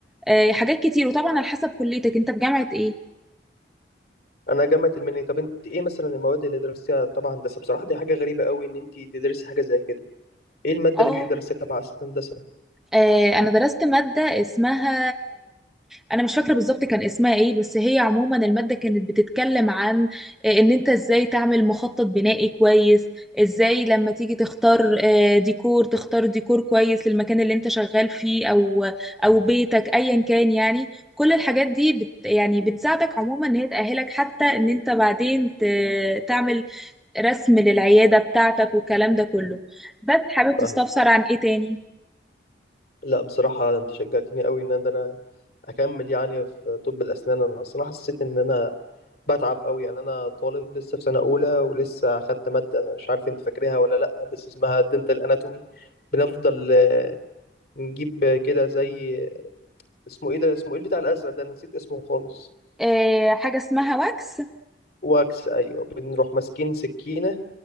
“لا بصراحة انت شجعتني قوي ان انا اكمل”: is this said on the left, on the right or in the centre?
Left